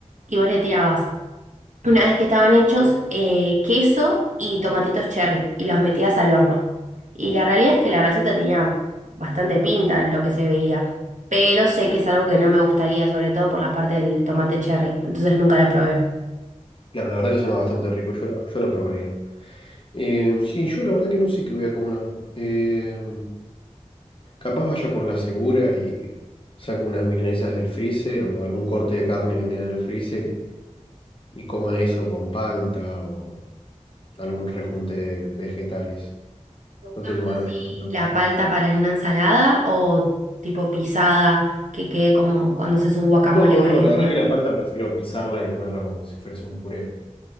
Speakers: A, on the right; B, on the left.
A: y vos le tirabas, una vez que estaban hechos, eh, queso y tomatitos cherry y los metías al horno. Y la realidad es que la receta tenía bastante pinta lo que se veía, pero sé que es algo que no me gustaría, sobre todo por la parte del tomate cherry, entonces nunca la probé.
B: Claro, la verdad que suena bastante rico, yo, la- yo lo probaría. Eh, sí, yo la verdad que no sé qué voy a comer. Eh, capaz vaya por la segura y saco unas milanesas del freezer o algún corte de carne que tenga en el freezer y, y coma eso con palta o algún rejunte de vegetales.
A: ¿Te gusta
B: No tengo
A: más así
B: ganas de cocinar mucho.
A: la palta
B: hoy.
A: para en una ensalada o tipo pisada que quede como cuando haces un guacamole,
B: No,
A: por
B: no,
A: ejemplo?
B: la verdad que la palta prefiero pisarla y comerla como si fuese un puré.